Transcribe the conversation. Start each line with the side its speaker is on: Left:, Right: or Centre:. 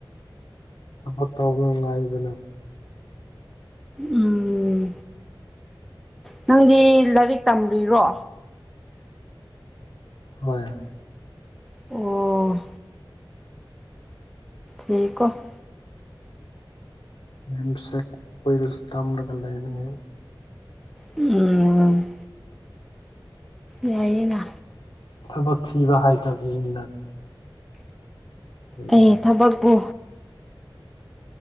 Left: ꯊꯕꯛ ꯇꯧꯕ ꯉꯥꯏꯗꯅ
Centre: ꯎꯝ ꯅꯪꯒꯤ ꯂꯥꯏꯔꯤꯛ ꯇꯕꯤ꯭ꯔꯣ
Left: ꯍꯣꯏ
Centre: ꯑꯣ ꯌꯦꯀꯣ <inaudible>
Left: ꯅꯦꯝꯁꯦꯛ ꯑꯣꯏꯔꯁꯨ ꯇꯝꯂꯒ ꯂꯩꯕꯅꯦ
Centre: ꯎꯝ ꯌꯥꯏꯌꯦꯅ
Left: ꯊꯕꯛ ꯊꯤꯕ ꯍꯥꯏꯇꯕꯅꯤꯅ <inaudible> ꯑꯩꯈꯣꯏꯗꯤ
Centre: ꯑꯩ ꯊꯕꯛꯄꯨ